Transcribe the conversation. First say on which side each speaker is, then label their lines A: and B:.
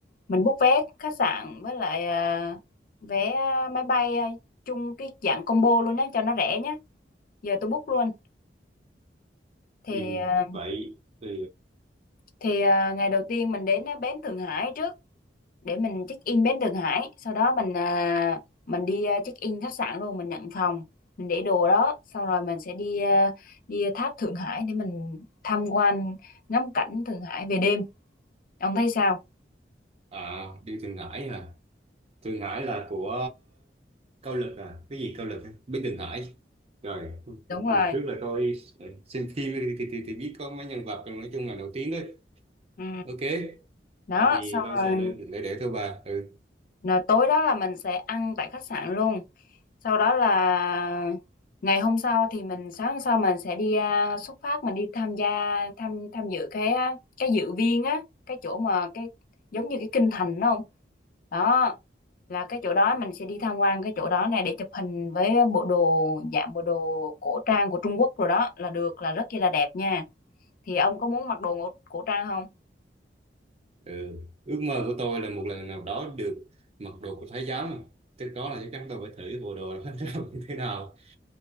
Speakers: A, on the left; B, on the right.
A: mình book vé khách sạn với lại à, vé máy bay à, chung cái dạng combo luôn nhé cho nó rẻ nhé. Giờ tôi book luôn. Thì
B: ừ
A: à,
B: vậy thì
A: thì à, ngày đầu tiên mình đến à, bến Thượng Hải trước. để mình check in bến Thượng Hải sau đó mình à, mình đi à, check in khách sạn luôn mình nhận phòng mình để đồ đó xong rồi mình sẽ đi à, đi tháp Thượng Hải để mình tham quan ngắm cảnh Thượng Hải về đêm ông thấy sao
B: à đi Thượng Hải à Thượng Hải là của Cao Lực à cái gì Cao Lực ấy? bên Thượng Hải rồi,
A: đúng rồi
B: rồi trước là tôi xem phim thì, thì, thì, thì biết có mấy nhân vật nói chung là nổi tiếng đấy
A: ừ
B: ok
A: đó
B: vậy thì
A: xong
B: tôi
A: rồi
B: sẽ lên để để thôi bà ừ
A: Rồi tối đó là mình sẽ ăn tại khách sạn luôn. Sau đó là ngày hôm sau thì mình sáng hôm sau mình sẽ đi à, xuất phát mình đi tham gia tham tham dự cái à, cái dự viên á, cái chỗ mà cái giống như cái kinh thành đúng không? Đó là cái chỗ đó mình sẽ đi tham quan cái chỗ đó này để chụp hình với bộ đồ dạng bộ đồ cổ trang của Trung Quốc rồi đó là được là rất chi là đẹp nha. Thì ông có muốn mặc đồ cổ cổ trang không?
B: Ừ. Ước mơ của tôi là một lần nào đó được mặc đồ của thái giám cái đó là chắc chắn tôi phải thử bộ đồ đó ra <laughs> như thế nào